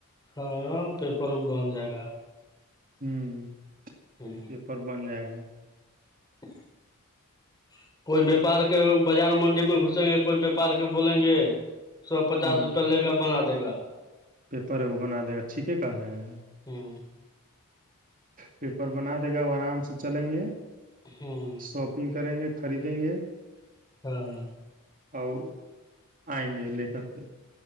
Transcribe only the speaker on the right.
ہوں
پیپر بن جائے گا
ہوں
پیپر اگو بنا دے گا اچھیھیک کہہ رہے ہیں
پیپر بنا دے گا وہ آرام سے چلیں گے
شاپنگ کریں گے خریدیں گے
اور آئیں گے لے کر کے